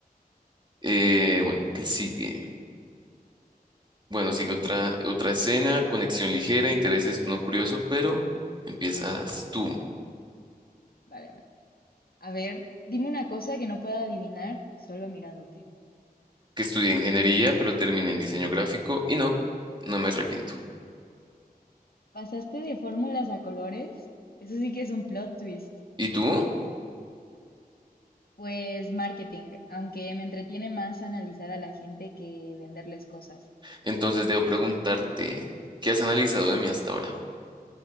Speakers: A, on the right; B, on the left.
A: Eh, bueno, ¿qué sigue? Bueno, sigue
B: A ver,
A: otra, otra escena, conexión ligera, intereses, no curioso, pero empiezas tú,
B: vale, vale. A ver, dime una cosa que no pueda adivinar solo mirándote.
A: que estudié ingeniería, pero terminé en diseño gráfico y no, no me arrepiento.
B: ¿Pasaste de fórmulas a colores? Eso sí que es un plot twist.
A: ¿Y tú?
B: Pues marketing, aunque me entretiene más analizar a la gente que venderles cosas.
A: Entonces debo preguntarte, ¿qué has analizado de mí hasta ahora?